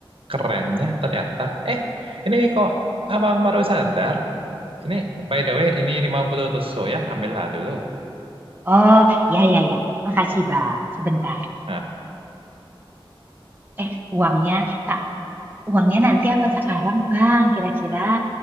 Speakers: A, on the right; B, on the right.
A: Kerennya ternyata. Eh, ini kok abang baru sadar? Ini by the way ini 50 tusuk ya, ambillah dulu.
B: Oh, ya ya ya. Makasih Bang. Sebentar.
A: Nah,
B: Eh, uangnya tak uangnya nanti apa sekarang Bang kira-kira?